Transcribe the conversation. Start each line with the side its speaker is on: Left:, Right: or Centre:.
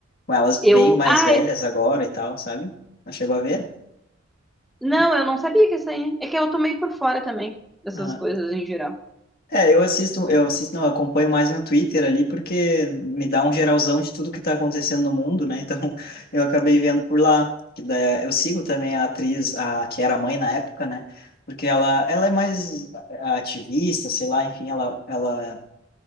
Left: Com elas
Centre: Eu.
Left: bem mais
Centre: Ai,
Left: velhas agora e tal, sabe? Não chegou a ver?
Centre: não, eu não sabia que isso aí. É que eu tô meio por fora também dessas
Left: Ah,
Centre: coisas em geral.
Left: É, eu assisto, eu assisto, não, eu acompanho mais no Twitter ali, porque me dá um geralzão de tudo que tá acontecendo no mundo, né? Então, <laughs> eu acabei vendo por lá. Que daí, é, eu sigo também a atriz, a, que era mãe na época, né? Porque ela, ela é mais ativista, sei lá, enfim, ela, ela